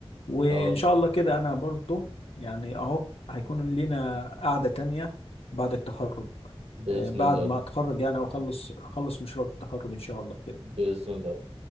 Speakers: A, on the left (about 70°); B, on the right (about 80°).
A: وان
B: اه
A: شاء الله كده انا برضو يعني اهو هيكون لينا قعدة تانية بعد التخرج
B: باذن
A: آه، بعد
B: الله
A: ما اتخرج يعني واخلص اخلص مشروع التخرج ان شاء الله كده
B: باذن الله